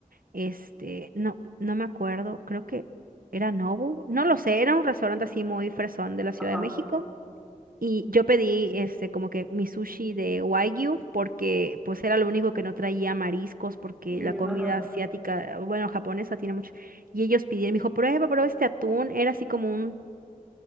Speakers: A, on the right; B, in the centre.
A: Este, no, no me acuerdo, creo que era Nobu, no lo sé, era un restaurante así muy fresón de la Ciudad
B: Ajá.
A: de México. Y yo pedí este como que mi sushi de Wagyu porque pues era lo único que no traía mariscos porque
B: Y,
A: la comida
B: ajá.
A: asiática, ah, bueno, japonesa tiene mucho. Y ellos pidieron, me dijo, prueba, prueba este atún. Era así como un